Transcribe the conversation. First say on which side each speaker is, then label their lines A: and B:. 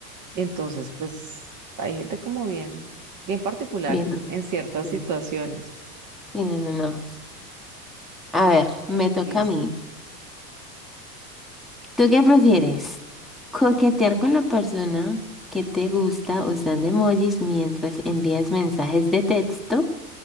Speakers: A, on the right; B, in the centre.
A: Entonces, pues hay gente como bien, bien particular
B: Bien.
A: en,
B: r-
A: en ciertas
B: Sí.
A: situaciones.
B: Sí, no, no, no. A ver, me toca
A: Listo.
B: a mí. ¿Tú qué prefieres? ¿Coquetear con la persona que te gusta usando emojis mientras envías mensajes de texto?